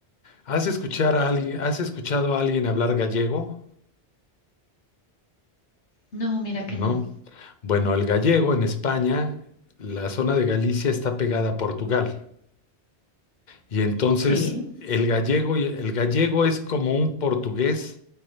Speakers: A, on the left (about 45°); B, on the left (about 75°).
A: ¿has escuchar a alguien, has escuchado a alguien hablar gallego?
B: No, mira que
A: ¿No?
B: no.
A: Bueno, el gallego en España, la zona de Galicia está pegada a Portugal. Y entonces
B: Sí,
A: el gallego, y- el gallego es como un portugués,